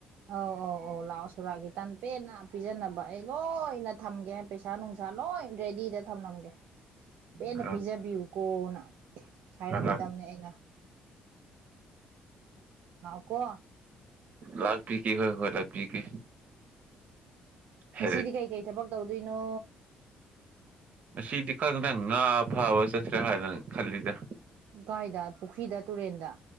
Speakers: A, on the right (about 80°); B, on the right (about 55°).
A: ꯑꯧ ꯑꯧ ꯑꯧ ꯂꯥꯛꯑꯣ ꯁꯨꯔꯥꯒꯤ ꯇꯥꯟꯄꯦꯟꯅ ꯄꯤꯖꯅꯕ ꯑꯩ ꯂꯣꯏꯅ ꯊꯝꯒꯦ ꯄꯩꯁꯥ ꯅꯨꯡꯁꯥ ꯂꯣꯏ ꯔꯦꯗꯤꯗ ꯊꯝꯂꯝꯒꯦ ꯄꯦꯟꯅ
B: ꯑ
A: ꯄꯤꯖꯕꯤꯌꯨꯀꯣꯅ ꯍꯥꯏꯔꯝꯃꯗꯕꯅꯦ
B: ꯍꯣꯏ ꯍꯣꯏ
A: ꯑꯩꯅ ꯂꯛꯑꯣ ꯀꯣ
B: ꯂꯥꯛꯄꯤꯒꯦ ꯍꯣꯏ ꯍꯣꯏ ꯂꯥꯛꯄꯤꯒꯦ
A: ꯉꯁꯤꯗꯤ
B: ꯍꯦꯔꯦ
A: ꯀꯩꯀꯩ ꯊꯕꯛ ꯇꯧꯗꯣꯏꯅꯣ
B: ꯉꯁꯤꯗꯤ ꯈꯗꯪ ꯉꯥ ꯐꯥꯕ ꯆꯠꯁꯤ꯭ꯔꯥ ꯍꯥꯏꯗꯅ ꯈꯜꯂꯤꯗ
A: ꯎꯀꯥꯏꯗ ꯄꯨꯈ꯭ꯔꯤꯗ ꯇꯨꯔꯦꯟꯗ